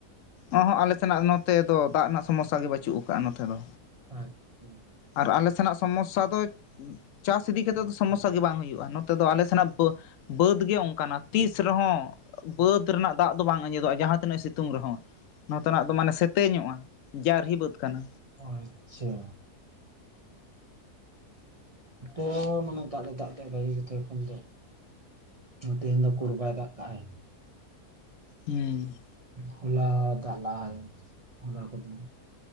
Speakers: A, on the left (about 65°); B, on the right (about 50°).
A: ᱚ ᱦᱚᱸᱜ ᱟᱞᱮ ᱥᱮᱱᱟᱜ ᱱᱚᱛᱮ ᱫᱚ ᱫᱟᱜ ᱨᱮᱱᱟᱜ ᱥᱚᱢᱚᱥᱥᱟ ᱜᱮ ᱵᱟᱪᱩᱜ ᱠᱟᱜᱼᱟ ᱱᱚᱛᱮ ᱫᱚ᱾
B: ᱟᱪᱪᱷᱟ᱾
A: ᱟᱨ ᱟᱞᱮ ᱥᱮᱱᱟᱜ ᱥᱚᱢᱚᱥᱥᱟ ᱫᱚ ᱪᱟᱥ ᱤᱫᱤ ᱠᱟᱛᱮᱜ ᱫᱚ ᱥᱚᱢᱚᱥᱥᱟ ᱜᱮ ᱵᱟᱝ ᱦᱩᱭᱩᱜᱼᱟ, ᱱᱚᱛᱮ ᱫᱚ ᱟᱞᱮ ᱥᱮᱱᱟᱜ ᱵᱟᱹ ᱵᱟᱹᱫᱽ ᱜᱮ ᱚᱱᱠᱟᱱᱟ ᱛᱤᱥ ᱨᱮᱦᱚᱸ ᱵᱟᱹᱫᱽ ᱨᱮᱱᱟᱜ ᱫᱟᱜ ᱫᱚ ᱵᱟᱝ ᱟᱸᱡᱮᱫᱚᱜᱼᱟ, ᱡᱟᱦᱟᱸ ᱛᱤᱱᱟᱹᱜ ᱥᱤᱛᱩᱝ ᱨᱮᱦᱚᱸ᱾ ᱱᱚᱛᱮᱱᱟᱜ ᱫᱚ ᱢᱟᱱᱮ ᱥᱮᱛᱮ ᱧᱚᱜᱼᱟ ᱡᱟᱨᱦᱤ ᱵᱟᱹᱫᱽ ᱠᱟᱱᱟ᱾
B: ᱚ ᱟᱪᱪᱷᱟ᱾ ᱚᱦᱚ <unintelligible> ᱢᱟᱱᱮ ᱫᱟᱜ ᱫᱟᱜ ᱛᱮ ᱵᱷᱟᱹᱜᱤ ᱜᱮᱛᱚ ᱮᱠᱷᱚᱱ ᱫᱚ᱾ ᱛᱮᱦᱮᱧ ᱫᱚ ᱩᱠᱩᱨ ᱵᱟᱭ ᱫᱟᱜ ᱠᱟᱜᱼᱟᱭ᱾
A: ᱦᱩᱸ
B: ᱦᱚᱞᱟ ᱫᱟᱜ ᱞᱟᱜᱼᱟᱭ ᱦᱚᱞᱟ ᱠᱚᱛᱮ᱾